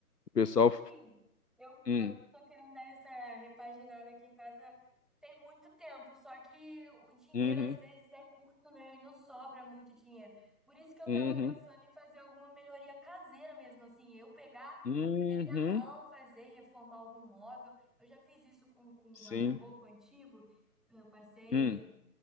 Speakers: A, on the left; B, in the centre.
A: O pessoal.
B: Porque assim, eu,
A: Hum,
B: eu tô querendo dar essa repaginada aqui em casa tem muito tempo, só que o dinheiro
A: uhum,
B: às vezes é curto, né? E não sobra muito dinheiro. Por isso que eu
A: uhum,
B: tava pensando em fazer alguma melhoria caseira mesmo, assim, eu pegar,
A: uhum,
B: meter a mão, fazer, reformar algum móvel. Eu já fiz isso com, com um
A: sim,
B: guarda-roupa antigo. Eu passei
A: hum.